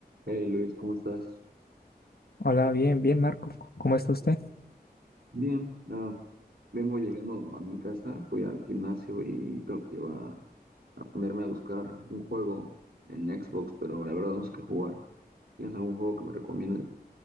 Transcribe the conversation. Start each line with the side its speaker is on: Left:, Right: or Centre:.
Right: Hey Luis, ¿cómo estás?
Left: Hola, bien, bien, Marco. ¿Cómo está usted?
Right: Bien, ah, vengo llegando a mi casa, fui al gimnasio y creo que iba a ponerme a buscar un juego en Xbox, pero la verdad no sé qué jugar. ¿Tienes algún juego que me recomiendes?